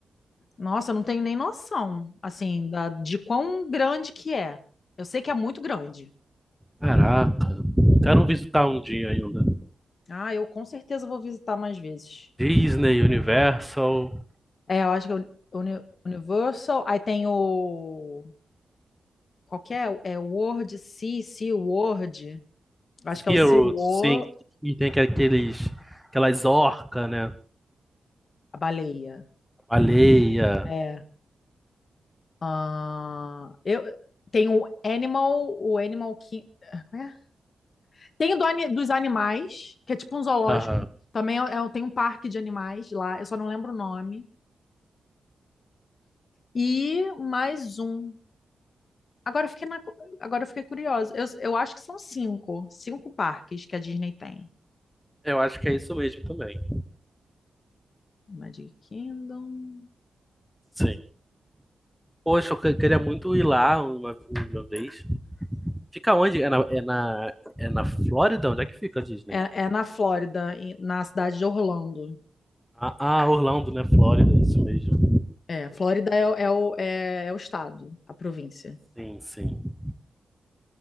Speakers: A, on the left; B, in the centre.
A: Nossa, eu não tenho nem noção, assim, da- de quão grande que é. Eu sei que é muito grande.
B: Caraca. Quero visitar um dia ainda.
A: Ah, eu com certeza vou visitar mais vezes.
B: Disney, Universal,
A: É, eu acho que o Uni- Universal, aí tem o qual que é? É World Sea, Sea World. Eu
B: SeaWorld,
A: acho que é o Sea World,
B: sim. E tem que aqueles, aquelas orcas, né?
A: a baleia.
B: Baleia.
A: É. Ah, eu tem o Animal, o Animal King, é? Tem o do ani- dos animais, que é tipo um zoológico.
B: Aham.
A: Também é, é- tem um parque de animais lá, eu só não lembro o nome. E mais um. Agora eu fiquei na cu- agora eu fiquei curiosa. Eu, eu acho que são cinco, cinco parques que a Disney tem.
B: Eu acho que é isso mesmo também.
A: Magic Kingdom.
B: Sim. Poxa, eu que- queria muito ir lá uma, uma vez. Fica onde? É na, é na, é na Flórida? Onde é que fica a Disney?
A: É, é na Flórida, em- na cidade de Orlando.
B: Ah, ah, Orlando, né? Flórida, isso mesmo.
A: É, Flórida é, o- é, o, é, é o estado, a província.
B: Sim, sim.